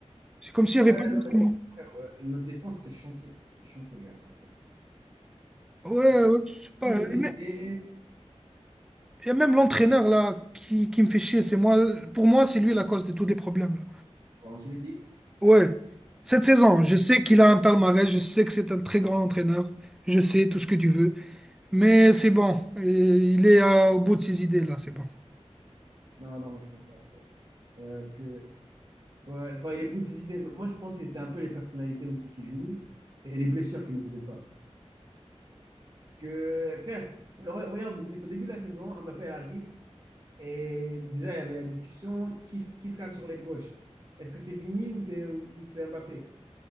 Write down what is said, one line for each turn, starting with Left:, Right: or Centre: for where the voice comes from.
Centre: C'est comme s'il
Right: Ouais,
Centre: y avait pas d'entraînement.
Right: non, mais, frère, ouais, notre défense, c'est le chantier. C'est le chantier, il n'y a personne.
Centre: Ouais,
Right: Y a Personne.
Centre: ouais, je sais pas.
Right: Pour les blessés.
Centre: Il y a même l'entraîneur là qui, qui me fait chier. C'est moi, pour moi, c'est lui la cause de tous les problèmes là.
Right: Angelotti?
Centre: Ouais, cette saison, je sais qu'il a un palmarès, je sais que c'est un très grand entraîneur, je sais tout ce que tu veux, mais c'est bon, euh, il est euh, au bout de ses idées là, c'est bon.
Right: Non, non, moi, je pense pas. Euh, parce que, ouais, enfin, il est bout de ses idées. Moi, je pense que c'est un peu les personnalités aussi qui jouent et les blessures qui ne nous aident pas. Parce que, frère, re- regarde, au dé- au début de la saison, Mbappé, elle arrive et déjà, il y avait la discussion qui, s- qui sera sur l'aile gauche? Est-ce que c'est Vini ou c'est ou c'est Mbappé?